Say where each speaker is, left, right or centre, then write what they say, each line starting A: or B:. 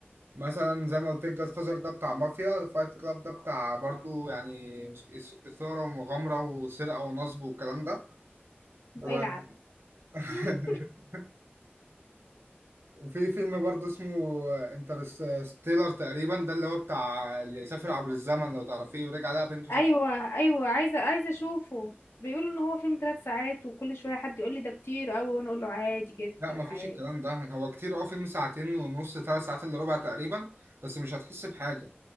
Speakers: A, on the right; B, on the left.
A: مثلا زي ما قلت لك جاد فازر ده بتاع مافيا فايت كلاب ده بتاع برضو يعني إث- اثاره ومغامره وسرقه ونصب والكلام ده و...
B: العب
A: <laughs>
B: <laughs>
A: وفي فيلم برضو اسمه انترستيلر تقريبا ده اللي هو بتاع اللي سافر عبر الزمن لو تعرفيه ورجع لها بنته
B: ايوه ايوه عايزه عايزه اشوفه بيقولوا ان هو فيلم ثلاث ساعات وكل شويه حد يقول لي ده كتير قوي وانا اقول له عادي جدا
A: لا مفيش
B: عادي
A: الكلام ده هو كتير اه فيلم ساعتين ونص ثلاث ساعات الا ربع تقريبا بس مش هتحس بحاجة